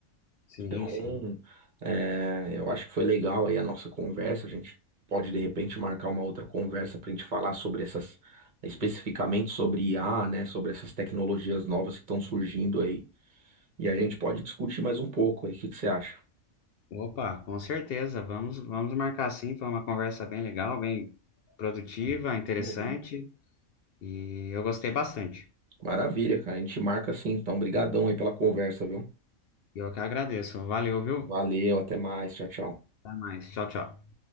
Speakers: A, on the left; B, on the right.
A: sim,
B: Então,
A: sim.
B: é, eu acho que foi legal aí a nossa conversa. A gente pode de repente marcar uma outra conversa para a gente falar sobre essas, especificamente sobre IA, né? Sobre essas tecnologias novas que estão surgindo aí. E a gente pode discutir mais um pouco aí. O que que você acha?
A: Opa, com certeza. Vamos, vamos marcar sim. Foi uma conversa bem legal, bem produtiva, interessante.
B: Uhum.
A: E eu gostei bastante.
B: Maravilha, cara. A gente marca assim. Então, brigadão aí pela conversa, viu?
A: E eu que agradeço. Valeu, viu?
B: Valeu, até mais. Tchau, tchau.
A: Até mais. Tchau, tchau.